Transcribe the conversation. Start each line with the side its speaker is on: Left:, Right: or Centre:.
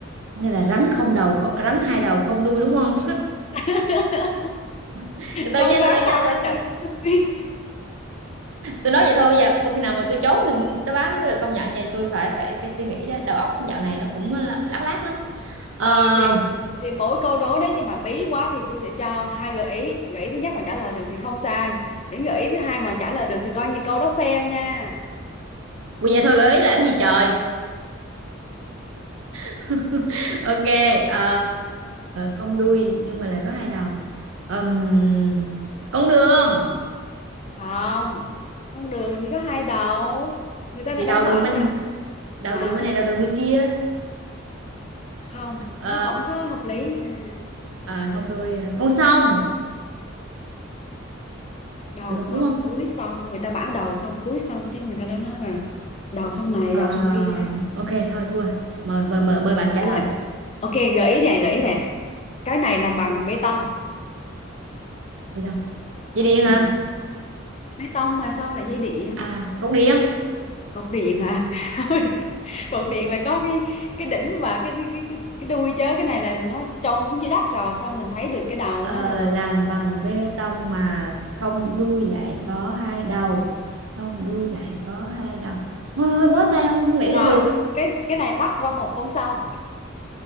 Right: nên là rắn không đầu không, rắn hai đầu không đuôi đúng không
Left: <laughs>
Right: <laughs> từ từ
Left: Con
Right: nha
Left: rắn
Right: từ từ
Left: nào
Right: nha tôi
Left: mà chẳng
Right: tôi
Left: có đuôi?
Right: tôi nói vậy thôi bây giờ khi nào mà tôi trốn thì đáp án nó mới được công nhận nha tôi phải phải phải suy nghĩ đó đầu óc dạo này nó cũng lác lác lắm ờ
Left: ừ thì thì mỗi câu đố đấy nhưng mà bí quá thì tôi sẽ cho hai gợi ý gợi ý thứ nhất mà trả lời được thì không sai đến gợi ý thứ hai mà trả lời được thì coi như câu đó fail nha
Right: vậy thôi gợi ý làm gì trời <laughs> ok ờ, không đuôi nhưng mà lại có hai đầu Ừm, con đường
Left: không con đường làm gì có hai đầu người ta
Right: thì
Left: đã đã
Right: đầu
Left: bỏ
Right: đường bên
Left: đâu
Right: đầu
Left: hả
Right: đường bên này đầu đường bên kia
Left: không
Right: Ờ,
Left: nó không có hợp lý nha.
Right: à, không đuôi con sông
Left: đầu
Right: được không
Left: xong
Right: đúng không
Left: cuối xong người ta bảo đầu xong cuối xong chứ người ta đâu nói là đầu xong này
Right: Ờ,
Left: đầu xong kia
Right: ok thôi thua mời mời mời mời bạn trả lời
Left: rồi ok gợi ý nè gợi ý nè cái này làm bằng bê tông
Right: đi không dây điện hả
Left: ừ. bê tông mà sao lại dây điện
Right: à cột điện
Left: cột điện hả <laughs> cột điện là có cái cái đỉnh và cái cái cái, cái đuôi chớ cái này là nó chôn xuống dưới đất rồi xong mình thấy được cái đầu
Right: Ờ,
Left: nó được
Right: làm bằng bê tông mà không đuôi lại có hai đầu không đuôi lại có hai đầu thôi thôi bó tay không không nghĩ
Left: rồi
Right: ra được
Left: cái cái này bắc qua một con sông